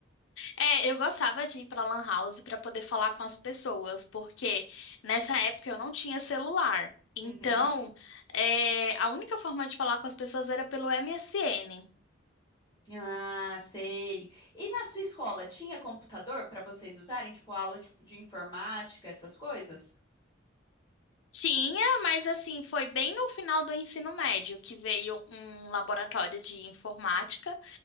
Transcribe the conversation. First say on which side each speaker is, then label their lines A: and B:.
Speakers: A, on the left; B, on the left.
A: É, eu gostava de ir pra Lan House pra poder falar com as pessoas, porque nessa época eu não tinha celular. Então,
B: Uhum.
A: é, a única forma de falar com as pessoas era pelo MSN.
B: Ah, sei. E na sua escola tinha computador para vocês usarem, tipo aula de, de informática, essas coisas?
A: Tinha, mas assim, foi bem no final do ensino médio que veio um laboratório de informática.